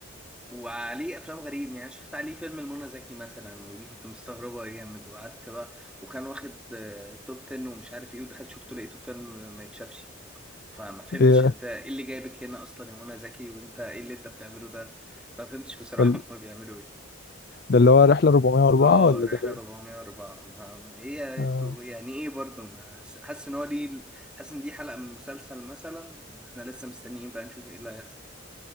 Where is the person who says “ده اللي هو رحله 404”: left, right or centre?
Left